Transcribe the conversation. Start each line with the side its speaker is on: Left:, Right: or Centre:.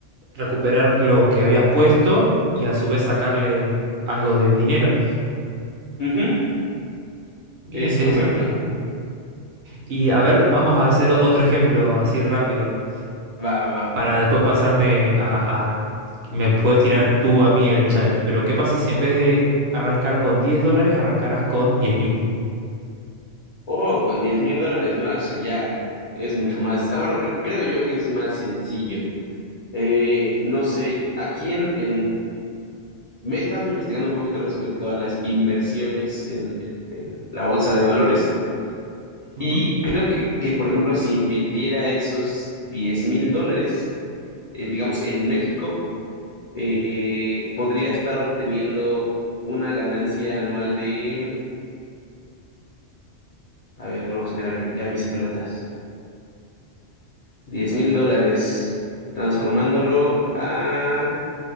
Right: recuperar lo que habías puesto y a su vez sacarle algo de dinero.
Left: Ujú,
Right: Mira,
Left: es
Right: interesante.
Left: correcto.
Right: Y a ver, vamos a hacer otro ejemplo así rápido
Left: Va, va, va.
Right: para después pasarme a, a- Me puedes tirar tú a mí el challenge, pero ¿qué pasa si en vez de arrancar con 10 dólares, arrancarás con diez mil.
Left: Oh, con diez mil dólares, ¿no? Eso ya es mucho más. Ah, Bueno, cre- creo yo que es más sencillo. Eh, no sé, aquí en, en... Me he estado investigando un poquito respecto a las inversiones en, en- en la bolsa de valores
Right: Ujú.
Left: y creo que, que, por ejemplo, si invirtiera esos diez mil dólares, eh, digamos, en México, eh, podría estar obteniendo una ganancia anual de... A ver, no, espérame, ya me hice pelotas. Diez mil dólares, transformándolo a